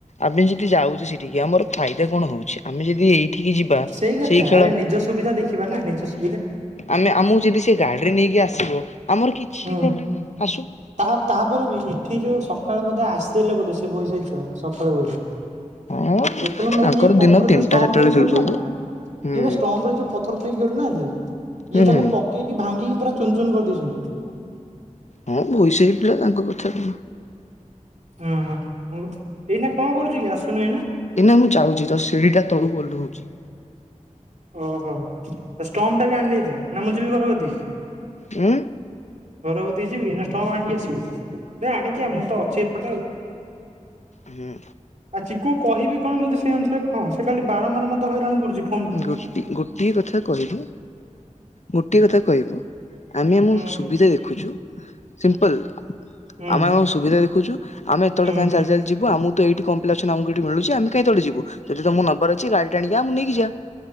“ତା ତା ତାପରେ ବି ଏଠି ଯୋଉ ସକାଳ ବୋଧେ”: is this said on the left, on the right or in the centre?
Right